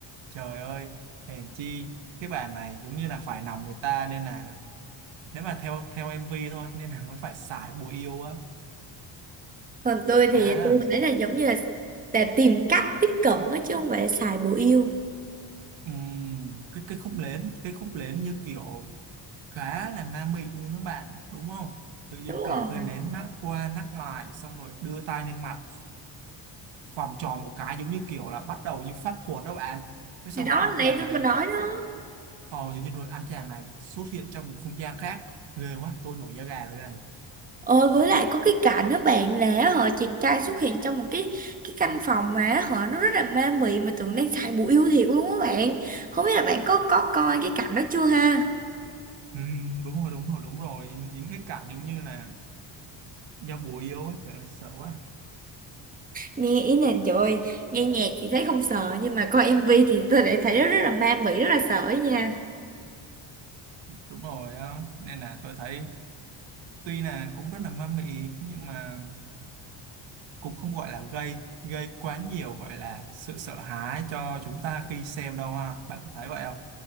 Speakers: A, on the right (about 75°); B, on the right (about 20°).
A: Trời ơi, hèn chi cái bà này giống như là phải lòng người ta nên là nếu mà theo theo MV thôi nên là mới phải xài bùa yêu á.
B: còn tôi thì
A: À,
B: tôi thấy là giống như là, là tìm cách tiếp cận á chứ không phải là xài bùi yêu
A: ừm, cái cái khúc lến, cái khúc lến như kiểu khá là ma mị luôn đó bạn đúng không tự dưng
B: đúng
A: cầm
B: rồi
A: cây nến nắc qua nắc lại xong rồi đưa tay lên mặt vòng tròn một cái giống như kiểu là bắt đầu như pháp thuật đó bạn cái xong
B: thì đó
A: rồi anh chàng
B: nãy tôi
A: này
B: có nói đó
A: ờ tự như rồi anh chàng này xuất hiện trong một không gian khác ghê quá tôi nổi da gà rồi đây này
B: Ôi với lại có cái cảnh đó bạn là họ chàng trai xuất hiện trong một cái cái căn phòng mà họ nó rất là ma mị mà tưởng đang xài bùa yêu thiệt luôn á bạn không biết là bạn có có coi cái cảnh đó chưa ha
A: ừ, đúng rồi đúng rồi đúng rồi những cái cảnh giống như là giao bùa yêu á trời ơi sợ quá
B: nghe ý là trời ơi, nghe nhạc thì thấy không sợ nhưng mà coi MV thì tôi lại thấy nó rất là ma mị rất là sợ ấy nha
A: đúng rồi á. nên là tôi thấy tuy là cũng rất là ma mị nhưng mà cũng không gọi là gây gây quá nhiều gọi là sự sợ hãi cho chúng ta khi xem đâu ha bạn có thấy vậy không